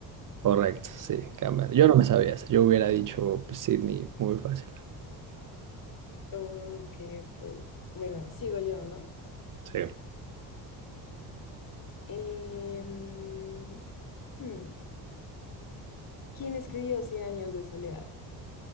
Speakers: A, on the right (about 45°); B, on the left (about 45°).
A: Correcto, sí, Canberra. Yo no me sabía eso. Yo hubiera dicho pues, Sydney muy fácil.
B: Ok, ok. Bueno, sigo yo, ¿no?
A: Sí.
B: Em, hmm, ¿Quién escribió Cien años de soledad?